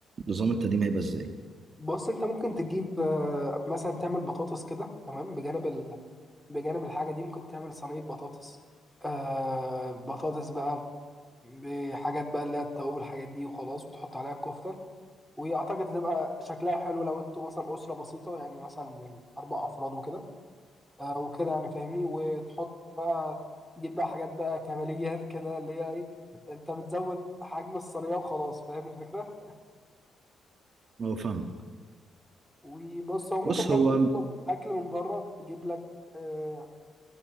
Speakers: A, on the right (about 45°); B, in the centre.
A: نظام التقديم هيبقى إزاي؟
B: بص انت ممكن تجيب آه، مثلا تعمل بطاطس كده تمام بجانب ال... بجانب الحاجه دي ممكن تعمل صينيه بطاطس آه بطاطس بقى بحاجات بقى اللي هي التوابل الحاجات دي وخلاص وتحط عليها الكفته واعتقد هتبقى شكلها حلو لو انتوا مثلا اسره بسيطه يعني مثلا من اربع افراد وكده آه وكده يعني فاهمني وتحط بقى تجيب بقى حاجات بقى كماليات كده اللي هي ايه انت بتزود حجم الصينيه وخلاص فاهم الفكره
A: هو فاهم
B: وبص هو ممكن
A: بص
B: برضو
A: هو
B: تطلب اكل من بره تجيب لك آه،